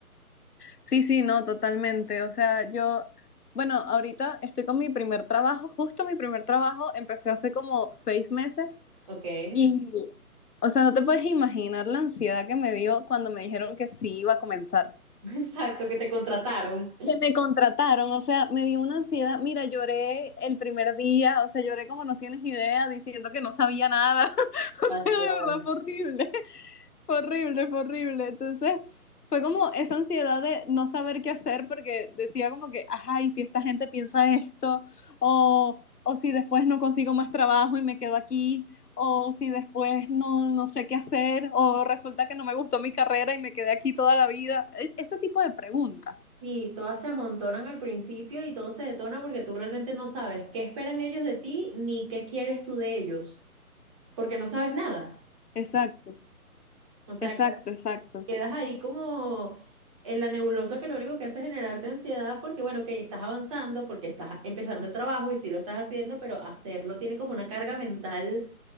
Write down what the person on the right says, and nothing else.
¿Ok? <laughs>
Exacto, que te contrataron.
Tal
cual.
Sí, todas se amontonan al principio y todo se detona porque tú realmente no sabes qué esperan ellos de ti ni qué quieres tú de ellos, porque no sabes nada.
O sea,
que-
quedas ahí como en la nebulosa que lo único que hace es generarte ansiedad porque, bueno, que estás avanzando, porque estás empezando el trabajo y sí lo estás haciendo, pero hacerlo tiene como una carga mental